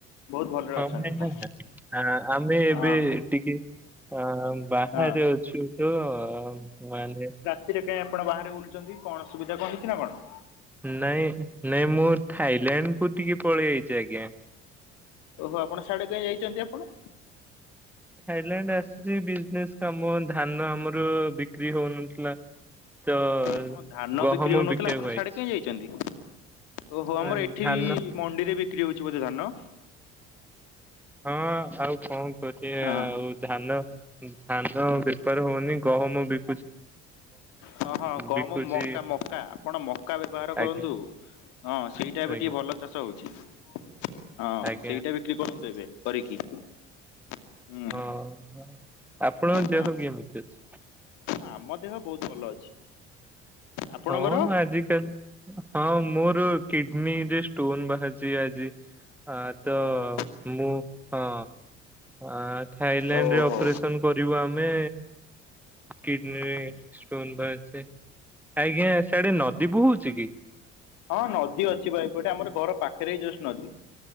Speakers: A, on the left; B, in the centre.
A: ବହୁତ ଭଲରେ
B: ହଁ
A: ଅଛନ୍ତି
B: ଭାଇନା
A: ଆପଣ
B: ଆମେ
A: ହଁ
B: ଏବେ ଟିକେ ଆଁ ବାହାରେ
A: ହଁ।
B: ଅଛୁ ତ ମାନେ
A: ତିରେ କାହିଁ ଆପଣ ବାହାରେ ବୁଲୁଛନ୍ତି କଣ ଅସୁବିଧା କଣ ହେଇଛି ନା କଣ?
B: ନାଇଁ ନାଇଁ ମୁଁର୍ ଥାଇଲାଣ୍ଡ କୁ ଟିକେ ପଳେଇ ଆଇଛି ଆଜ୍ଞା।
A: ଓହୋ ଆପଣ ସାଡେ କାଇଁ ଯାଇଛନ୍ତି ଆପଣ?
B: ଥାଇଲାଣ୍ଡ ଆସିଛି ବିଜନେସ କାମ ଧାନ ଆମର ବିକ୍ରି ହଉନଥିଲା। ତ
A: ଆପଣ ଧାନ
B: ଗହମ
A: ବିକ୍ରି ହଉନଥିଲା
B: ବିକିବାକୁ
A: ଆପଣ
B: ଆଇଛି
A: ସାଡେ କାଇଁ ଯାଇଛନ୍ତି? ଓହୋ ଆମର
B: ଆ,
A: ଏଠି
B: ଧାନ
A: ବି ମଣ୍ଡିରେ ବିକ୍ରି ହଉଛି ବୋଧେ ଧାନ।
B: ହଁ ଆଉ କଣ କରିଆ
A: ହଁ
B: ଆଉ ଧାନ ହୁଁ ଧାନ ବେପାର ହଉନି ଗହମ ବି
A: ହଁ ହଁ ଗହମ
B: ବିକୁଛି
A: ମକା ମକା ଆପଣ ମକା ବେପାର କରନ୍ତୁ।
B: ଆଜ୍ଞା
A: ହଁ ସେଇଟା ଏବେ
B: ଆଜ୍ଞା
A: ଟିକେ ଭଲ ଚାଷ ହଉଛି ହଁ
B: ଆଜ୍ଞା
A: ସେଇଟା ବେ କ୍ରି କରିଦେବେ କରିକି ହୁଁ
B: ହଁ ଆପଣଙ୍କ
A: ହଁ
B: ଦେହ କେମିତି ଅଛି?
A: ଆମ ଦେହ ବହୁତ ଭଲ ଅଛି। ଆପଣଙ୍କର?
B: ହଁ ଆଜିିକାଲି ହଁ ମୋର କିଡ଼୍ନୀରେ ଷ୍ଟୋନ୍ ବାହାରିଛି ଆଜି। ଆ ତ
A: ଓହୋ
B: ମୁଁ ହଁ ଆ ଥାଇଲାଣ୍ଡ
A: ଓହୋ
B: ରେ ଅପରେସନ୍ କରିବୁ ଆମେ କିଡ୍ନୀରେ ଷ୍ଟୋନ୍ ବାହାରିଛି। ଆଜ୍ଞା ସିଆଡ଼େ ନଦୀ ବୋହୁଛି କି?
A: ହଁ ନଦୀ ଅଛି ପା ଏପଟେ ଆମର ଘର ପାଖରେ ହିଁ ଯଷ୍ଟ ନଦୀ।